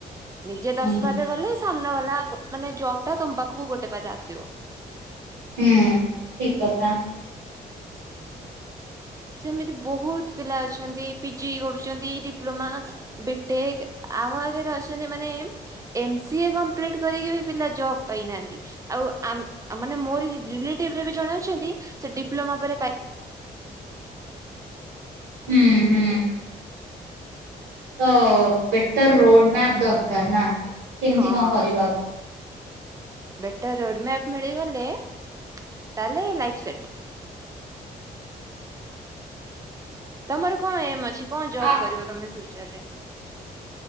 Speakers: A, on the right; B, on the right.
A: ନିଜେ ଦଶ
B: ହୁଁ
A: ପାଦେ ଗଲେ ସାମ୍ନା ବାଲା ମାନେ ଜବ ଟା ତମ ପାଖକୁ ଗୋଟେ ପାଦେ ଆସିବ।
B: ହୁଁ ଠିକ କଥା।
A: ସେମିତି ବହୁତ ପିଲା ଅଛନ୍ତି ପିଜି କରୁଛନ୍ତି, ଡିପ୍ଲୋମା ବିଟେକ୍, ଆମ ଆଗରେ ଅଛନ୍ତି ମାନେ ଏମ ସିଏ କମ୍ପ୍ଲିଟ କରିକି ବି ପିଲା ଜବ୍ ପାଇନାହାନ୍ତି। ଆଉ ଆ ମାନେ ମୋର ରିଲେଟିଭରେ ବି ଜଣେ ଅଛନ୍ତି ସେ ଡିପ୍ଲୋମା ପରେ ପାଇ
B: ହୁଁ ହୁଁ। ତ ବେଟର ରୋଡ ମ୍ୟାପ୍ ଦରକାର ନା କେମତି
A: ହଁ
B: କଣ କରିବ ଆଗ
A: ବେଟର ରୋଡ ମ୍ୟାପ ମିଳିଗଲେ ତାହେଲେ ଲାଇଫ୍ ସେଟ୍। ତମର କଣ ଏମ ଅଛି କଣ ଜବ
B: ଆ
A: କରିବ ତମେ ଫ୍ୟୁଚର ରେ?